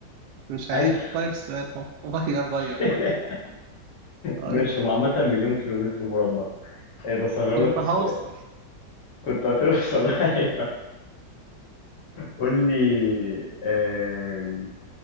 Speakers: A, on the right; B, on the left.
A: مش عارف
B: ألف
A: غير السؤال ده. غير غير
B: <laughs>
A: غير غير
B: ماشي هم عامة مليون كيلومتر مربع إيه بس هغير
A: كنت
B: لك السؤال
A: هوصل
B: كنت هتوصل <laughs> أيوة قول لي آم،